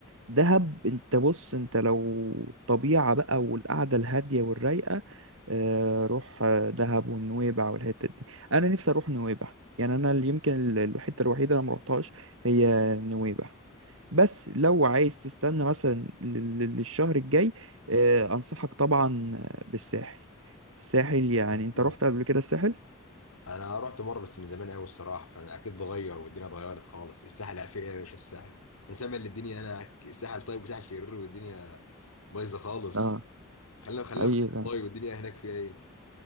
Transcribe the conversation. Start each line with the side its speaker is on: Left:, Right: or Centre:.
Right: دهب انت بص انت لو الطبيعة بقى والقعدة الهادية والرايقة آه، روح آه، دهب ونويبع والحتة دي انا نفسي اروح نويبع يعني انا اللي يمكن ال- الحتة الوحيدة اللي مروحتهاش هي نويبع بس لو عايز تستنى مثلا لل- لل- للشهر الجاي آه، انصحك طبعا بالساحل الساحل يعني انت
Left: لو
Right: رحت قبل كده الساحل
Left: انا رحت مره بس من زمان قوي الصراحه فانا اكيد اتغير والدنيا اتغيرت خالص الساحل فيها ايه يا باشا الساحل انا سامع ان الدنيا هناك الساحل طيب وساحل شرير والدنيا بايظه خالص
Right: اه
Left: خلينا خلينا
Right: ايوه
Left: في الساحل طيب والدنيا هناك فيها ايه